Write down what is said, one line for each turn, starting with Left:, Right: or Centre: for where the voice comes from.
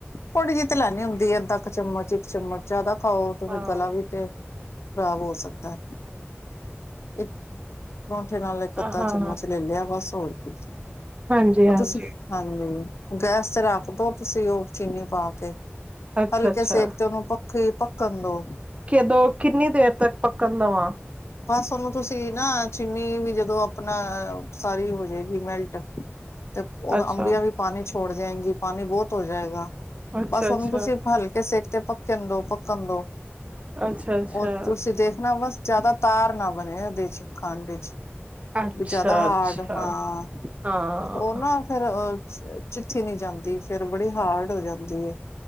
Left: ਥੋੜੀ ਜਿਹੀ ਤੇ ਲੈਣੀ ਹੁੰਦੀ ਐ ਅੱਧਾ ਚਮਚ ਇੱਕ ਚਮਚ ਜਿਆਦਾ ਖਾਓ ਤੇ
Right: ਹਾਂ
Left: ਫੇਰ ਗਲਾ ਵੀ ਤੇ, ਖਰਾਬ ਹੋ ਸਕਦਾ ਹੈ। ਪਰੌਂਠੇ ਨਾਲ ਇੱਕ ਅੱਧਾ
Right: ਹਾਂ
Left: ਚਮਚ ਲੈ ਲਿਆ ਬਸ ਹੋਰ ਕੀ,
Right: ਹਾਂਜੀ
Left: ਉਹ
Right: ਹਾਂਜੀ
Left: ਤੇ ਸੀਂਰਫ। ਹਾਂਜੀ ਗੈਸ ਤੇ ਰੱਖਦੋ ਤੁਸੀਂ ਉਹ ਚੀਨੀ ਪਾ ਕੇ,
Right: ਅੱਛਾ
Left: ਹਲਕੇ
Right: ਅੱਛਾ
Left: ਸੇਕ ਤੇ ਉਹਨੂੰ ਪੱਖੀ ਪੱਕਣ ਦੋ,
Right: ਕਿਦੋਂ ਕਿੰਨੀ ਦੇਰ ਤੱਕ ਪੱਕਣ ਦਾ ਵਾਂ।
Left: ਬਸ ਉਹਨੂੰ ਤੁਸੀਂ ਨਾ ਚੀਨੀ ਵੀ ਜਦੋਂ ਆਪਣਾ ਸਾਰੀ ਹੋ- ਜਾਏਗੀ ਮੈਲਟ ਤੇ ਉਹ
Right: ਅੱਛਾ
Left: ਅੰਬੀਆਂ ਵੀ ਪਾਣੀ ਛੋੜ ਜਾਏਗੀ ਪਾਣੀ ਬਹੁਤ ਹੋ ਜਾਏਗਾ।
Right: ਅੱਛਾ
Left: ਬਸ
Right: ਅੱਛਾ
Left: ਉਹਨੂੰ ਤੁਸੀਂ ਹਲਕੇ ਸੇਟ ਤੇ ਪੱਕਣ ਦੋ- ਪੱਕਣ ਦੋ।
Right: ਅੱਛਾ ਅੱਛਾ
Left: ਉਹ ਤੁਸੀਂ ਦੇਖਣਾ ਬਸ ਜ਼ਿਆਦਾ ਤਾਰ ਨਾ ਬਣੇ ਉਹਦੇ ਚ ਖੰਡ ਵਿੱਚ।
Right: ਅੱਛਾ-
Left: ਵੀ ਜ਼ਿਆਦਾ ਹਾਰਡ
Right: ਅੱਛਾ।
Left: ਹਾਂ
Right: ਹਾਂ
Left: ਉਹ ਨਾ ਫੇਰ ਅ ਚ, ਚਿੱਥੀ ਨੀ ਜਾਂਦੀ ਫੇਰ ਬੜੀ ਹਾਰਡ ਹੋ ਜਾਂਦੀ ਐ।